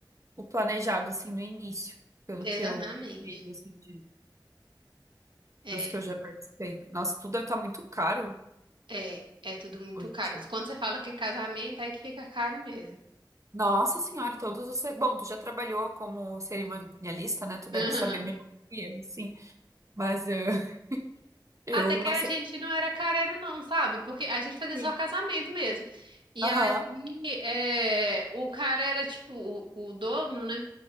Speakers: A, on the right; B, on the right.
A: o planejado, assim, no início, pelo
B: exatamente.
A: que eu vi assim, de,
B: É,
A: dos que eu já participei. Nossa, tudo tá muito caro
B: é, é tudo muito
A: hoje
B: caro.
A: em dia.
B: Quando você fala que é casamento, aí que fica caro mesmo.
A: Nossa senhora, todos os... cer- Bom, tu já trabalhou como cerimonialista, né? Tu deve
B: Aham.
A: saber melhor que eu, sim. Mas eh, <laughs> eu
B: Até que
A: não
B: a
A: sei.
B: gente não era careiro, não, sabe? Porque a gente fazia
A: Sim.
B: só casamento mesmo. E
A: Aham,
B: aí, é, o cara era tipo, o, o dono, né?